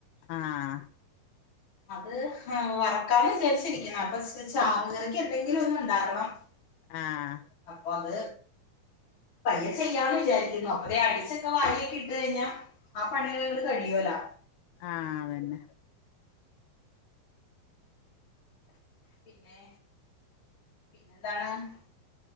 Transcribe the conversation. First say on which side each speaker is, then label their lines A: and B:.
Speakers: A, on the left; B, on the left.
A: ആഹ്
B: അത് ഹ് വറക്കാന്ന് വിചാരിച്ചിരിക്ക്ന്ന് അപ്പൊ ച ചാറു കറിക്ക് എന്തെങ്കിലും ഒന്ന് ണ്ടാക്കണം <unintelligible>
A: ആഹ്
B: അപ്പ അത് പയ്യെ ചെയ്യാന്ന് വിചാരിക്കുന്നു അപ്പൊതേ അടിച്ചൊക്കെ വാരിയൊക്കെ ഇട്ട് കഴിഞ്ഞ ആ പണിയേണ്ട് കഴിയോലാ
A: ആഹ് അതന്നെ
B: പിന്നേ പിന്നെന്താണ്